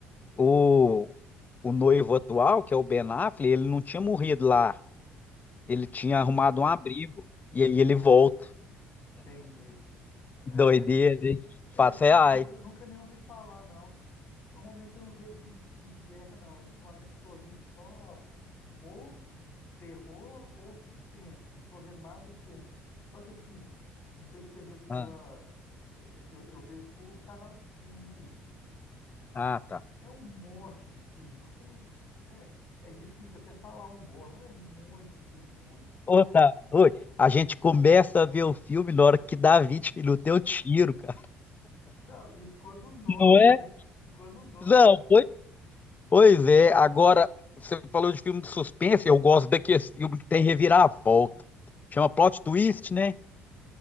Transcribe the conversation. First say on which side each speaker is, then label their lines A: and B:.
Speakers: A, on the left (about 25°); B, on the left (about 55°).
A: o, o noivo atual, que é o Ben Affleck, ele não tinha morrido lá Ele tinha
B: Ah,
A: arrumado um abrigo. E aí ele
B: ah,
A: volta.
B: tá. Entendi. É.
A: Doideira, hein? Fato
B: É, também,
A: reais.
B: eu nunca, eu nunca nem ouvi falar, não. Normalmente eu não vejo muito filme de guerra, não. Ultimamente eu tô ouvindo só ou terror ou suspense. Não tô vendo nada diferente. Só que assim, não sei se você vê pela.
A: Ah,
B: Eu, eu vejo por canal de streaming aí.
A: ah, tá.
B: É um monte de filme ruim. É, é difícil até falar um bom, mas é muito filme ruim.
A: Ô, tá. Oi. A gente começa a ver o filme na hora que dá 20 minutos, eu tiro, cara. <laughs>
B: Não, isso quando <laughs> não dorme,
A: Não é?
B: né? <laughs> E quando não dorme.
A: Não, pois, pois é. Agora, você falou de filme de suspense, eu gosto daqueles filmes que tem reviravolta. Chama plot twist, né?